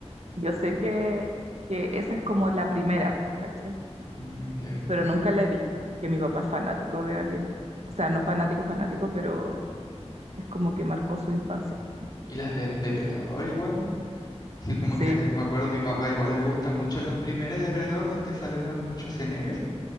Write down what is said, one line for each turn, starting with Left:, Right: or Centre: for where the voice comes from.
Right: yo sé que, que esa es como la primera, po, ¿cachai?
Left: Ah, ya.
Right: Pero nunca la he visto, que mi papá es fanático de Alien. O sea, no es fanático, fanático, pero es como que marcó su infancia, ¿cachai?
Left: Y las de Depredador igual. Sí, como
Right: Sí,
Left: que me acuerdo, mi papá igual le gusta mucho la primera de Depredador donde sale el Arnold Schwarzenegger.